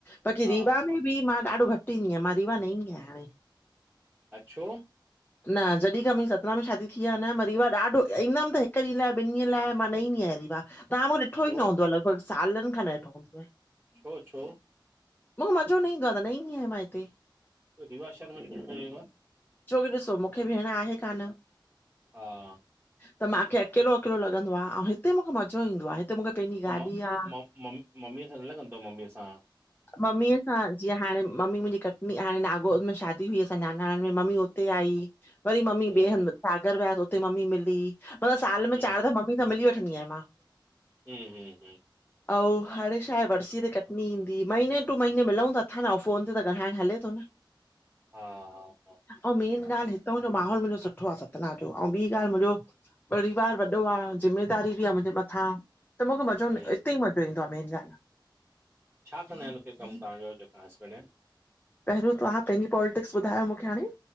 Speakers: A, on the left; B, on the right.
A: बाक़ी
B: हा
A: रीवा मे बि मा ॾाढो घटि ईंदी आहियां, मा रीवा न ईदी आहियां हाणे।
B: अ छो?
A: <inaudible> न जॾहि खा मुंहिंजी सतना में शादी थी आहे न मा रीवा ॾाढो ईंदम त हिकु ॾीहं लाइ ॿिन ॾीहंन लाइ मा न ईंदी आहिया रिवा। तव्हा मूंखे ॾिठो
B: छो
A: ई न हूंदव लॻभगि सालनि खां न डिठो हूंदव।
B: छो-छो?
A: मूंखे मज़ो न ईंदो आहे त न ईंदी आहिया मा हिते।
B: त रिवा शहर में <unintelligible>
A: छोकी ॾिसो मूखे भेणु आहे कान।
B: हा।
A: त माखे अकेलो-अकेलो लॻंदो आहे आऊं हिते मूंखे मज़ो ईंदो आहे। हिते मूंखे पंहिंजी
B: त
A: गाॾी
B: म-म-मम-मम्मीअ
A: आ
B: सा गालाईंदा आहियो मम्मीअ सा?
A: मम्मी सा हल जीअं हाणे मम्मी मुंहिजी कटनी हाणे नागोद में शादी हुई असांजे नानाणन मे मम्मी हुते आई। वरी मम्मी
B: हम्म
A: बे हंध सागर वयास उते मम्मी मिली मतिलबु साल मे
B: हम्म
A: चार दफा मम्मी सां मिली वठंदी आहियां मां।
B: हम्म-हम्म-हम्म।
A: आऊं हाणे छा आहे वर्सी ते क मम्मी ईंदी, महीने टू महीने मिलूं तं अथा न आऊं फोन ते त ॻालाइण हले थो न।
B: हा। हा
A: आऊं मेन
B: हा
A: ॻाल्हि हिताऊं जो माहौल मुंहिंजो सुठो आहे सतना जो, आऊं बि ॻाल्हि मुंहिंजो परिवारु वॾो आहे, ज़िम्मेदारी बि आहे मुंहिंजे मथां त मूंखे मज़ो
B: हम्म
A: न, इते ई मज़ो ईंदो आहे मेन ॻाल हा।
B: छा कंदा आहिनि हुते कमु तव्हांजो जेका हस्बैंड आहिनि?
A: पहिरियों तव्हां पंहिंजी पॉलिटिक्स ॿुधायो मूंखे हाणे?